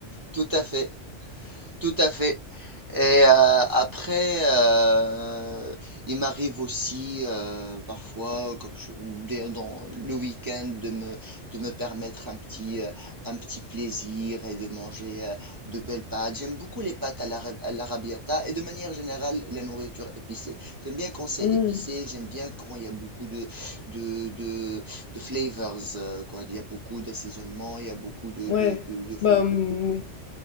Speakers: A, on the right; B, on the left.
A: tout à fait, tout à fait. Et euh, après, euh, il m'arrive aussi euh, parfois, comme je- des- dans le week-end, de me, de me permettre un petit, euh, un petit plaisir et de manger euh, de belles pâtes. J'aime beaucoup les pâtes à l'ara- à l'arrabbiata et de manière générale la nourriture épicée. J'aime bien quand c'est
B: Mmh,
A: épicé, j'aime bien quand il y a beaucoup de, de, de, de flavors, euh, quoi. Il y a beaucoup d'assaisonnement, il y a beaucoup de,
B: ouais,
A: de, de, de
B: bah, mmh, oui.